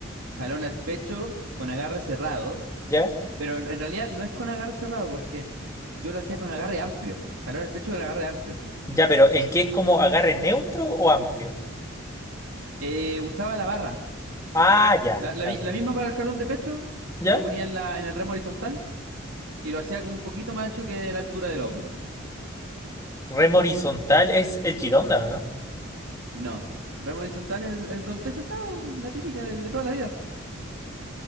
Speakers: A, on the right; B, on the left.
A: jalón al pecho con agarre cerrado
B: Ya,
A: Pero en, en realidad no es con agarre cerrado, porque yo lo hacía con agarre amplio. Jalón al pecho con agarre amplio.
B: ya, pero el que es como agarre neutro o amplio.
A: Eh, usaba la barra.
B: Ah, ya,
A: La, la
B: ya,
A: mi-
B: ya,
A: la
B: ya.
A: misma para el jalón de pecho,
B: Ya.
A: lo ponía en, la, en el remo horizontal y lo hacía como un poquito más ancho que la altura del hombro.
B: Remo horizontal es el Gironda, ¿o ¿no?
A: No, remo horizontal es el, el donde estáis sentado, la típica, del de toda la vida.